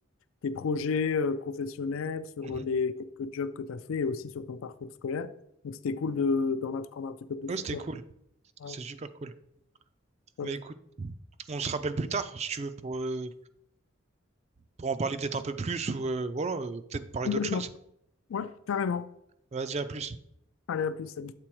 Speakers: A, on the left (about 80°); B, on the right (about 30°).
A: tes projets euh, professionnels, sur
B: Mhm.
A: les quelques jobs que tu as fait et aussi sur ton parcours scolaire. Donc, c'était cool de, d'en apprendre un petit peu plus
B: Ouais,
A: sur
B: c'était
A: toi.
B: cool.
A: Ouais,
B: C'était super cool.
A: top.
B: Mais écoute, on se rappelle plus tard, si tu veux, pour, euh, pour en parler peut-être un peu plus ou euh, voilà, euh, peut-être parler
A: Complètement.
B: d'autre chose.
A: Ouais, carrément.
B: Vas-y, à plus.
A: Allez, à plus, salut.